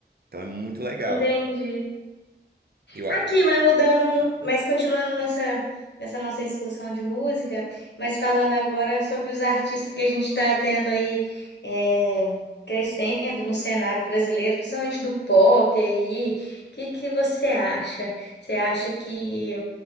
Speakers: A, on the right; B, on the left.
A: Então é muito legal.
B: entendi.
A: Eu, a-
B: Aqui, mas mudando, mas continuando nessa, nessa nossa discussão de música, mas falando agora sobre os artistas que a gente está tendo aí é, crescendo no cenário brasileiro, principalmente do pop aí, o que que você acha? Você acha que